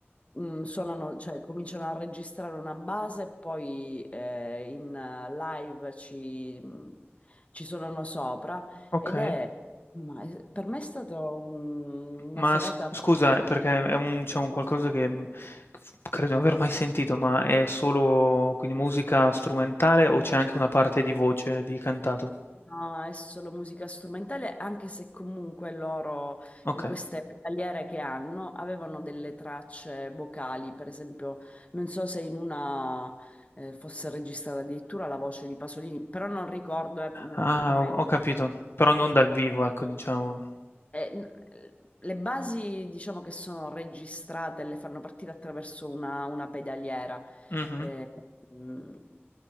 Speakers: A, on the left; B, on the left.
A: mm, suonano, cioè, cominciano a registrare una base, e poi eh, in eh, live ci, mm, ci suonano sopra
B: Okay.
A: ed è, ma è- per me è stata un- una
B: Ma
A: serata,
B: s scusa eh, perché è un c'è un qualcosa che, mhmm, f credo di non aver mai sentito, ma è solo quindi musica strumentale o c'è anche una parte di voce, di cantato?
A: no, è solo musica strumentale, anche se comunque loro
B: Okay.
A: in queste tagliere che hanno avevano delle tracce vocali, per esempio, non so se in una... eh, fosse registrata addirittura la voce di Pasolini, però non ricordo eh,
B: Ah
A: esattamente.
B: ho ho capito, però non dal vivo ecco diciamo.
A: Eh, n- eh, le basi diciamo che sono registrate, le fanno partire attraverso una, una pedaliera.
B: Mh-mh.
A: Eh, mm,